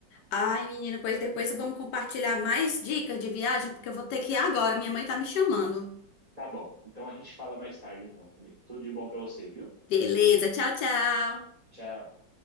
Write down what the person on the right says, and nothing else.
Tá bom, então a gente fala mais tarde, então, Camilo. Tudo de bom para você, viu?
Tchau.